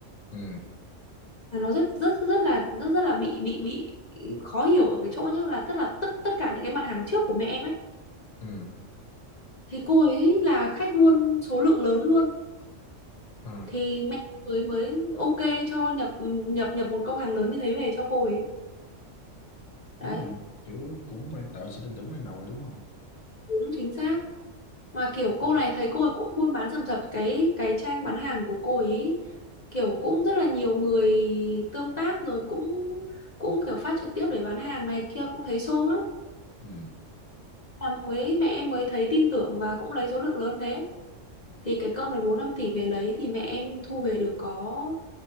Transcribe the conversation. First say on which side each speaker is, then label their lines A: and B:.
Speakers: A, on the left; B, on the left.
A: ừ,
B: Mà nó rất rất rất là rất rất là bị bị bị khó hiểu ở cái chỗ nhá là tức là tất tất cả những cái mặt hàng trước của mẹ em ấy
A: ừ.
B: thì cô ấy là khách buôn số lượng lớn luôn
A: À,
B: thì mẹ mới mới ok cho nhập nhập nhập một công hàng lớn như thế về cho cô ấy.
A: đúng
B: Đấy,
A: rồi, kiểu cũng mang tạo sự tin tưởng ban đầu rồi đúng không?
B: đúng chính xác. mà kiểu
A: Ừ.
B: cô này thấy cô ấy cũng buôn bán rầm rập cái cái trang bán hàng của cô ấy kiểu cũng rất là nhiều người tương tác rồi cũng cũng kiểu phát trực tiếp để bán hàng này kia cũng thấy xôm lắm
A: Ừ.
B: là mới mẹ em mới thấy tin tưởng và cũng lấy số lượng lớn thế thì cái công này bốn năm tỷ về lấy thì mẹ em thu về được có